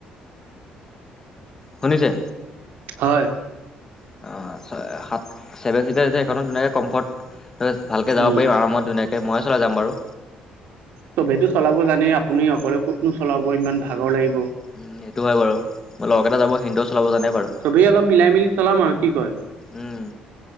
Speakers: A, on the left; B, on the right.
A: শুনিছে
B: হয়
A: অ সাত ছেভেন চিষ্টাৰ যেতিয়া সেই খনত যে ধুনীয়াকৈ কম্ফৰ্ট ত ভালকৈ যাব
B: উম।
A: পাৰিম আৰু ধুনিয়াকে মই চালাই যাম বাৰু
B: চবেইটো চলাব জানেই আপুনি অকলে ক'তনো চলাব ইমান ভাগৰ লাগিব
A: উম সেইটো হয় বাৰু মোৰ লগৰ কেইটা যাব সিহতেও চলাব জানে বাৰু
B: চবেই অলপ মিলাই মিলি কৰি চলাম আৰু কি কয়
A: উম,